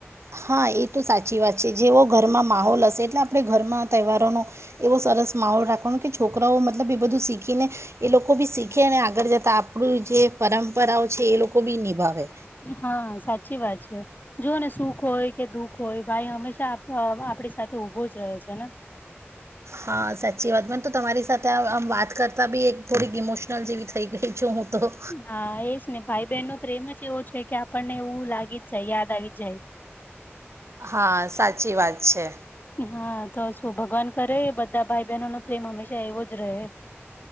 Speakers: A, on the right; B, on the left.
A: હા એ તો સાચી વાત છે જેવો ઘરમાં માહોલ હશે એટલે આપણે ઘરમાં તહેવારોનો એવો સરસ માહોલ રાખવાનો કે છોકરાઓ મતલબ એ બધું શીખીને એ લોકો બી શીખે અને આગળ જતા આપણું જે પરંપરાઓ છે એ લોકો બી નિભાવે.
B: હા સાચી વાત છે જો ને સુખ હોય કે દુઃખ કોઈ ભાઈ હંમેશા અ આપણી સાથે ઊભો જ રહે છે ને.
A: હા સાચી વાત મને તો તમારી સાથે આમ વાત કરતા બી એક થોડીક ઇમોશનલ જેવી થઈ ગઈ છું હું. તો
B: હા એજ ને ભાઈ બહેન નો પ્રેમ જ એવો છે કે આપણને એવું લાગી જ જાય યાદ આવી જાય.
A: હા સાચી વાત છે.
B: હા તો શું ભગવાન કરે બધા ભાઈ બહેનો નો પ્રેમ હંમેશા એવો જ રહે.